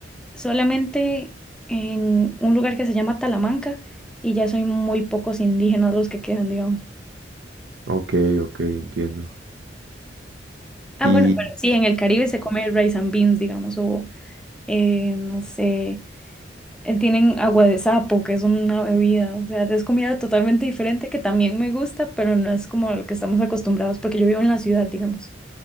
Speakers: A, in the centre; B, on the right.
A: solamente en un lugar que se llama Talamanca y ya son muy pocos indígenas los que quedan, digamos.
B: Ok, ok, entiendo.
A: Ah,
B: Y...
A: bueno, pero sí, en el Caribe se come rice and beans, digamos, o eh, no sé, eh, tienen agua de sapo, que es una bebida, o sea, es comida totalmente diferente que también me gusta, pero no es como lo que estamos acostumbrados, porque yo vivo en la ciudad, digamos.